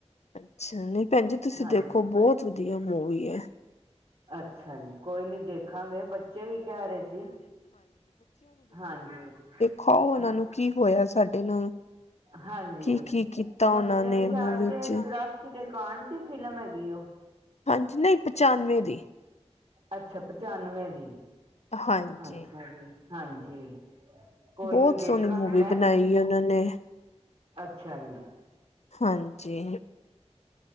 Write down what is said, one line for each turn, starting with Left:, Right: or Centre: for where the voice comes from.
Left: ਅੱਛਾ, ਨਈ ਭੈਣ ਜੀ ਤੁਸੀਂ
Right: ਹਾਂਜੀ
Left: ਦੇਖੋ ਬਹੁਤ ਵਧੀਆ ਮੂਵੀ ਏ।
Right: ਅੱਛਾ ਜੀ, ਕੋਈ ਨੀ। ਦੇਖਾਂਗੇ ਬੱਚੇ ਵੀ ਕਹਿ ਰਹੇ ਸੀ, ਹਾਂਜੀ।
Left: ਖਾਓ। ਉਹਨਾਂ
Right: ਹਾਂ
Left: ਨੂੰ ਕੀ ਹੋਇਆ ਸਾਡੇ ਨਾਲ।
Right: ਹਾਂਜੀ,
Left: ਕੀ-ਕੀ ਕੀਤਾ
Right: ਉਹ
Left: ਉਹਨਾਂ
Right: ਮੇਰੇ
Left: ਨੇ
Right: ਖਿਆਲ
Left: ਮੂਵੀ
Right: ਤੇ
Left: ਚ
Right: ਚਰਾ ਕਿ ਦੁਕਾਨ ਚ ਫਿਲਮ ਹੈਗੀ ਉਹ।
Left: ਹਾਂਜੀ ਨਹੀਂ। ਪਚਾਨਵੇਂ ਦੀ
Right: ਅੱਛਾ ਪਚਾਨਵੇਂ ਦੀ,
Left: ਹਾਂਜੀ
Right: ਅੱਛਾ ਜੀ। ਹਾਂਜੀ। ਕੋਈ
Left: ਬਹੁਤ
Right: ਨੀ ਦੇਖਾਂਗੀ
Left: ਸੋਹਣੀ ਮੂਵੀ
Right: ਮੈਂ
Left: ਬਣਾਈ ਉਹਨਾਂ ਨੇ।
Right: ਅੱਛਾ ਜੀ।
Left: ਹਾਂਜੀ।